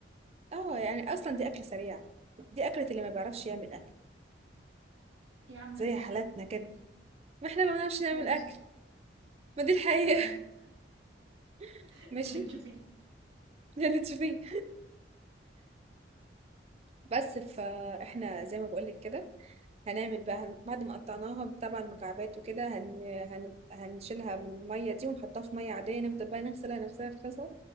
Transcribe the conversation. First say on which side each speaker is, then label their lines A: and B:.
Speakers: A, on the right (about 35°); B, on the right (about 85°).
A: اه يعني اصلا دي اكلة سريعة دي اكلة اللي ما بيعرفش يعمل اكل
B: يا عم ماشي
A: زي حالاتنا
B: يا عم
A: كده ما احنا ما بنعرفش نعمل
B: ماشي
A: اكل ما دي الحقيقة
B: تمام
A: <laughs>
B: <laughs>
A: ماشي
B: اللي تشوفيه
A: ده اللي تشوفيه بس فاحنا زي ما بقولك كده هنعمل بقى هن... بعد ما قطعناها طبعا مكعبات وكده هن... هن... هنشيلها من المية دي ونحطها في مية عادية نفضل بقى نغسلها نغسلها نغسلها